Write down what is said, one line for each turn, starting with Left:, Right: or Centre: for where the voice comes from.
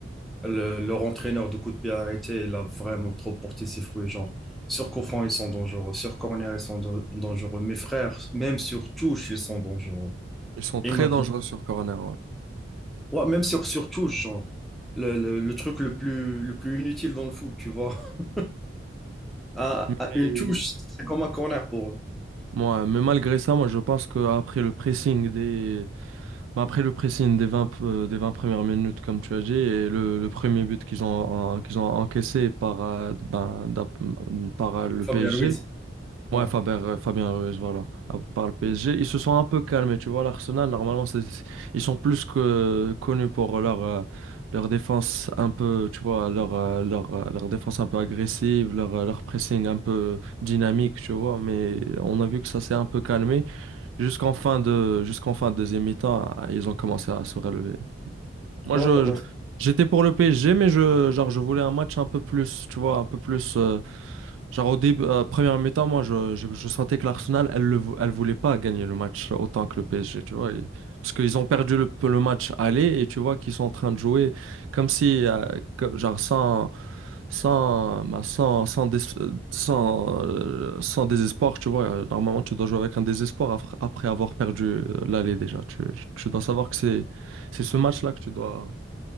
Centre: le- leur entraîneur de coup de pied arrêté, il a vraiment trop porté ses fouets. Genre, sur coup franc, ils sont dangereux. Sur corner, ils sont dan- dangereux. Mes frères, même sur touche, ils sont dangereux.
Right: Ils sont très
Centre: Imagine.
Right: dangereux sur corner,
Centre: Ouais, même sur, sur touche, genre. Le, le- le truc le plus, le plus inutile dans le foot, tu vois. <laughs> À,
Right: ouais.
Centre: à une touche, c'est comme un corner pour eux.
Right: Moi, mais malgré ça, moi je pense qu'après le pressing des bah, après le pressing des vingt p- euh, des vingt premières minutes, comme tu as dit, et le, le premier but qu'ils ont en- qu'ils ont encaissé par, euh, ben, d'ap- par euh, le
Centre: Fabien
Right: PSG,
Centre: Ruiz. Ouais,
Right: Ouais, Fabien, euh, Fabien Ruiz, voilà, à part le PSG. Ils se sont un peu calmés, tu vois. L'Arsenal, normalement, c'est, c'est- ils sont plus que connus pour leur, euh, leur défense un peu, tu vois, leur, euh, leur, euh, leur défense un peu agressive, leur, euh, leur pressing un peu dynamique, tu vois. Mais on a vu que ça s'est un peu calmé. Jusqu'en fin de, jusqu'en fin de deuxième mi-temps, ils ont commencé à se relever. Moi,
Centre: ouais,
Right: je,
Centre: ouais. ouais.
Right: je- j'étais pour le PSG, mais je, genre, je voulais un match un peu plus, tu vois, un peu plus. euh, genre, au début, euh, première mi-temps, moi, je, je, je sentais que l'Arsenal, elle ne elle voulait pas gagner le match autant que le PSG, tu vois. et- parce qu'ils ont perdu le, le match aller et tu vois qu'ils sont en train de jouer comme si, euh, comme- genre, sans, sans, bah, sans, sans, dés- euh, sans, euh, sans désespoir, tu vois. euh, Normalement, tu dois jouer avec un désespoir après, après avoir perdu euh, l'aller déjà. Tu, tu dois savoir que c'est. C'est ce match-là que tu dois,